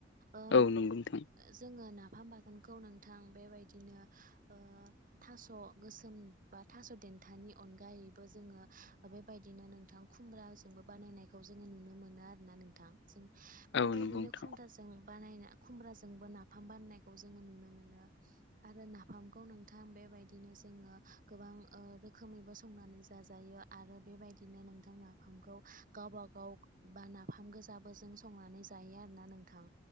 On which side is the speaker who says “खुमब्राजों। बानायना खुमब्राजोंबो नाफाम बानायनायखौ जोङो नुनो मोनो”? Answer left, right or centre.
Right